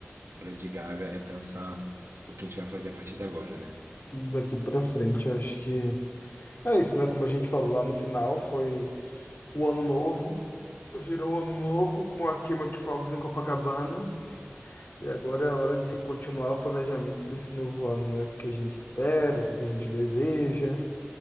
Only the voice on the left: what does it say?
Daqui pra frente, acho que é isso, né? Como a gente falou lá no final, foi o ano novo, virou o ano novo com a queima de fogos em Copacabana, e agora é a hora de continuar o planejamento desse novo ano, né? O que a gente espera, o que a gente deseja,